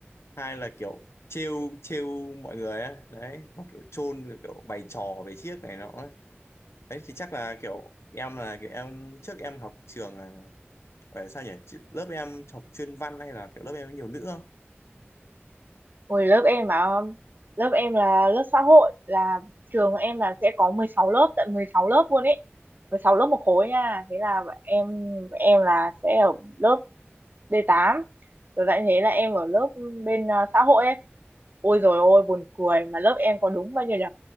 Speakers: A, on the left; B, on the right.
A: hay là kiểu trêu trêu mọi người á đấy hoặc kiểu chôn kiểu bày trò về chiếc này nọ ấy. đấy thì chắc là kiểu em là kiểu em trước em học trường à, Ờ, sao nhỉ Chị- lớp em học chuyên văn hay là kiểu lớp em có nhiều nữ không
B: Hồi lớp em mà lớp em là lớp xã hội là trường em là sẽ có mười sáu lớp tận 16 lớp luôn ấy 16 lớp một khối nha thế là em em là sẽ ở lớp d tám rồi lại thế là em ở lớp bên ờ, xã hội ấy ôi rồi ôi buồn cười mà lớp em có đúng bao nhiêu nhỉ